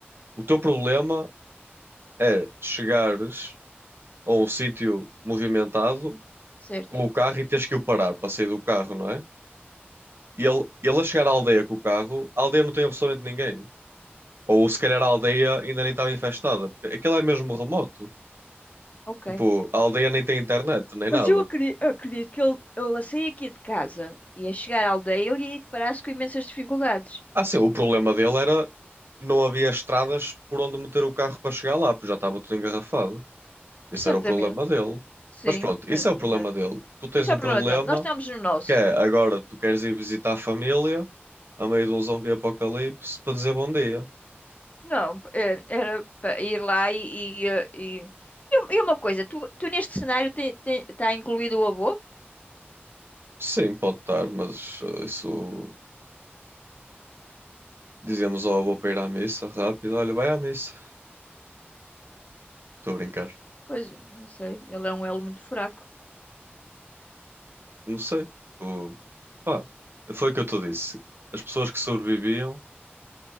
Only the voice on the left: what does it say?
certo.
Ok.
Mas
eu acre- acredito que ele, ele a sair aqui de casa e a chegar à aldeia, ele ia deparar-se com imensas dificuldades.
Certamente.
Sim,
cer-
exato.
Isso
é o problema
dele. Nós estamos no nosso.
Não, eh, era para ir lá e... E, eh, e- E um- e uma coisa, tu, tu neste cenário está incluído o avô?
Pois, não sei, ele é um elo muito fraco.